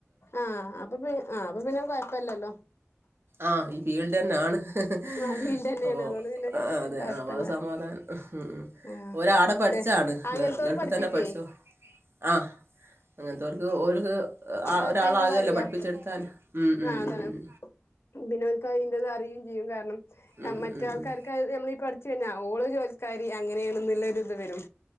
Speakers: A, on the left; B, on the right.
A: ആഹ് അപ്പൊ പി ആ അപ്പൊ പിന്നെ കൊഴ്പ്പല്ലല്ലോ.
B: ആഹ് ഈ ഫീൽഡന്നാണ്. ഹ്‌ഹ്‌
A: ആഹ് ഫീൽഡെന്നേണ്
B: അപ്പോ
A: അതോണ്ട് പിന്നെ
B: ആ അതെ
A: കൊഴപ്പല്ല
B: അപ്പ ആ സമാധാനം ഉം
A: ആഹ്
B: ഒരാട പട്ച്ചാ.
A: ഏഹ്
B: ആണ്
A: അങ്ങൻത്തോല്
B: ഗ ഗൾഫ്
A: പഠിപ്പിക്കേ
B: തന്നെ പഠിച്ചഹും ആഹ് അങ്ങൻത്തോർക്ക് ഓൽക്ക്. ആഹ്
A: ആൾക്കയിന്റതറിയാ
B: ഒരാളാകേല്ലോ പഠിപ്പിച്ചെടുത്താൽ ഉം ഉം
A: ആഹ് അതാണ്
B: ഉ ഉ.
A: പിന്നെ ഓൽക്ക് അതിന്റത് അറിയും ചെയ്യും കാര്ണം
B: ഉം,
A: മറ്റ
B: ഉം,
A: ആൾക്കാർക്കത്
B: ഉം.
A: നമ്മളീ പഠിച്ചു കൈഞ്ഞാ ഓള് ജോൽസ്. കരി അങ്ങനെയാണെന്നുല്ലരി ഇത് വരും.